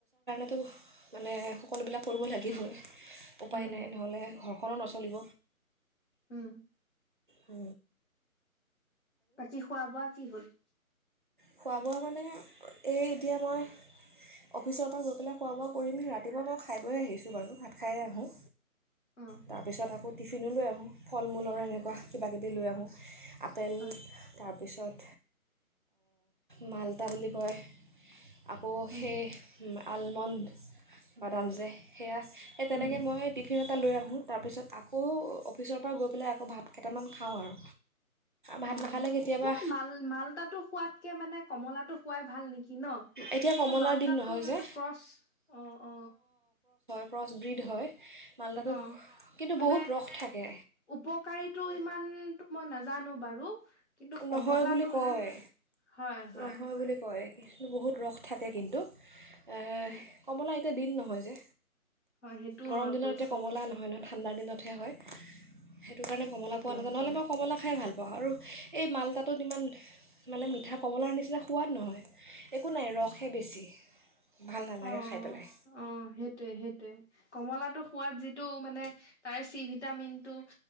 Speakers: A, on the right; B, on the left.
A: উফ, মানে সকলোবিলাক কৰিব লাগিবৈয়ে। উপায়
B: উম
A: নাই নহ'লে ঘৰক। ঘৰখনো নচলিব।
B: উম,
A: উ,
B: বাকি খোৱা বোৱা কি হ'ল?
A: খোৱা বোৱা মানে, এই এতিয়া মই, অফিচৰ পৰা গৈ পেলাই খোৱা বোৱা কৰিম ৰাতিপুৱা মই খাই বৈয় আহিছোঁ বাৰু ভাত খায়ে আহোঁ
B: অ
A: তাৰপিছত আকৌ টিফিন লৈ আহোঁ ফল মূলৰ এনেকুৱা কিবাকিবি লৈ আহোঁ, আপেল
B: হয়
A: তাৰ পিছত মালতা বুলি কয় আকৌ
B: উম
A: সেই ন আলমণ্ড, বাদাম যে সেয়া সেই তেনেকে
B: উম
A: মই টিফিনত এটা লৈ আহোঁ তাৰপিছত আকৌ অফিচৰ পৰা গৈ পেলাই আকৌ ভাত কেইটামান খাওঁ আৰু। ভাত
B: অ
A: নাখালে কেতিয়াবা
B: মানে মাল মালতাটো খোৱাতকে মানে কমলাটো খোৱাই ভাল নেকি কি ন
A: এতিয়া
B: মানে
A: কমলাৰ
B: মালতাটো
A: দিন নহয় যে
B: এইটো ক্ৰচ অ, অ
A: ক্ৰছব্ৰীড হয় মাল্টাটো
B: অ',
A: কিন্তু
B: মানে
A: বহুত ৰস থাকে
B: উপকাৰীটো ইমানটো মই নাজানো বাৰু কিন্তু কমলাটোহে
A: নহয় বুলি কয়
B: হয়', হয়
A: নহয় বুলি কয় বহুত ৰস থাকে কিন্তু এ
B: হয়
A: কমলা এতিয়া দিন নহয় যে
B: হয় সেইটো
A: গৰম
B: হয়
A: দিনত
B: অৱশ্যে
A: এতিয়া কমলা নহয় নহয় ঠাণ্ডা দিনতহে হয়। সেইটো কাৰণে কমলা পোৱা
B: হয়
A: নাযায় নহলে
B: হয়
A: মই কমলা খাই ভাল বাৰু হি এই মালতাটোত ইমান, মানে মিঠা কমলাৰ নিচিনা সোৱাদ নহয় একো নাই ৰসহে বেছি ভাল নালাগে
B: উম',
A: খাই পেলাই
B: অ', সেইটোৱেই সেইটোৱেই কমলাটো সুৱাদ যিটো মানে তাৰ চি ভিটামিনটো